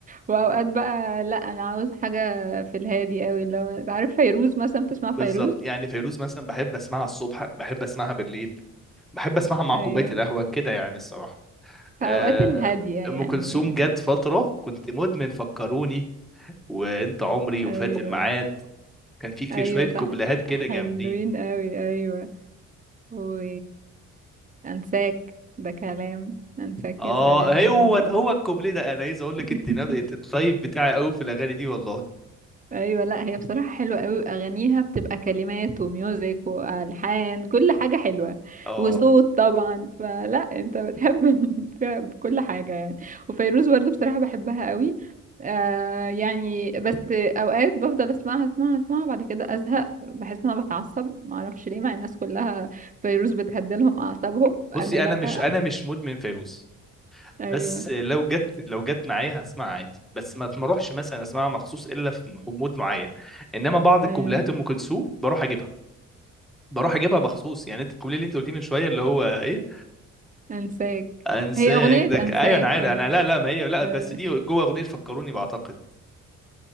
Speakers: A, on the right (about 25°); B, in the centre.
A: واوقات بقى لا انا عاوز حاجه في الهادي قوي اللي هو عارف فيروز مثلا بتسمع فيروز
B: بالظبط يعني فيروز مثلا بحب اسمعها الصبح بحب اسمعها بالليل بحب اسمعها مع
A: ايوه
B: كوبايه القهوه كده يعني الصراحه
A: فاوقات
B: آه
A: الهاديه يعني
B: ام كلثوم جت فتره كنت مدمن فكروني وانت عمري
A: ايوه
B: وفات الميعاد كان في كي-
A: ايوه
B: شويه
A: صح
B: كوبلهات كده
A: حلوين
B: جامدين
A: قوي ايوه و انساك ده كلام انساك
B: اه
A: يا سلام برضو
B: هو ده هو الكوبليه ده انا عايز اقول لك
A: <laughs>
B: انت ناب- انت الطيب بتاعي قوي في الاغاني دي والله
A: ايوه لا هي بصراحه حلوه قوي اغانيها بتبقى كلمات وميوزك والحان كل حاجه حلوه
B: اه
A: وصوت طبعا فلا انت بتحب <laughs> فيها كل حاجه يعني وفيروز برضو بصراحه بحبها قوي آه يعني بس اوقات بفضل اسمعها اسمعها اسمعها بعد كده ازهق بحس ان انا بتعصب ما اعرفش ليه مع الناس كلها فيروز بتهدلهم اعصابهم انا
B: بصي
A: لا
B: انا مش انا مش مدمن فيروز
A: <laughs> ايوه
B: بس لو جت لو جت معايا هسمعها عادي بس ما تروحش مثلا اسمعها مخصوص الا في م- مود معين انما بعض الكوبلهات
A: ايوه
B: ام كلثوم بروح اجيبها بروح اجيبها مخصوص يعني انت الكوبليه اللي انت قلتيه من شويه اللي هو ايه
A: انساك
B: انساك
A: هي اغنيه
B: ده ك-
A: انساك
B: ايوه انا عارف
A: آه.
B: انا لا لا ما هي لا بس
A: أيوة.
B: دي جوه اغنيه فكروني بعتقد